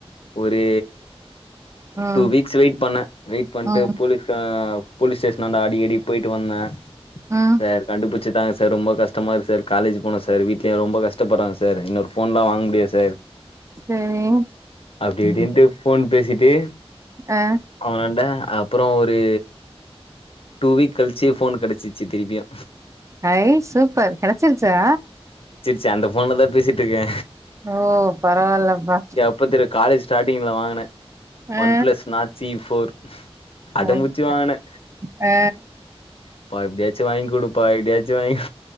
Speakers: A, on the left; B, on the right.
A: ஒரு
B: ம்
A: டூ வீக்ஸ் வெயிட் பண்ண வெயிட் பண்ட்டு
B: ம்
A: போலீஸ் ஆ போலீஸ் ஸ்டேஷனான்ட அடிக்கடி போய்ட்டு வந்தே
B: ம்
A: சார் கண்டுபுச்சு தாங்க சார் ரொம்ப கஷ்டமா இருக்கு சார் காலேஜ் போனு சார் வீட்லயு ரொம்ப கஷ்டப்பட்றாங்க சார் இன்னொரு ஃபோன்லா வாங்க முடியாத் சார்
B: சேரி
A: அப்டி இப்டின்ட்டு ஃபோன் பேசிட்டு
B: ஆ
A: அவனாண்ட அப்பறோ ஒரு டூ வீக் கழிச்சு ஃபோன் கடச்சிச்சு திருப்பியு
B: ஐ சூப்பர் கெடச்சிருச்சா
A: சு அந்த ஃபோன்லதா பேசிட்ருக்கே
B: ஓ பரவால்லபா
A: எப்ப தெரு காலேஜ் ஸ்டாட்டிங்ல வாங்கன
B: ஆ
A: one plus Nord C E four அடம்புச்சு
B: one பிளஸ்
A: வாங்கன
B: ஆ
A: அப்பா எப்டியாச்சு வாய்ங்குடுப்பா எப்டியாச்சு வாய்ங்